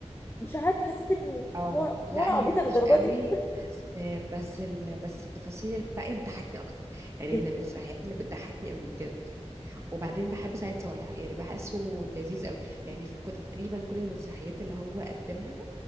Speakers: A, on the left; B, on the right.
A: مش عارفة حسيت انه
B: اه
A: هو
B: لا
A: هو انا
B: هي
A: عبيطة
B: مش
A: للدرجة
B: قوي بس بس ال... بس التفاصيل الباقيه بتضحكني اكتر يعني
A: دي
B: من المسرحيات اللي بتضحكني قوي بجد وبعدين بحب سعيد صالح يعني بحسه لذيذ قوي يعني في كو- تقريبا كل المسرحيات اللي هو قدمها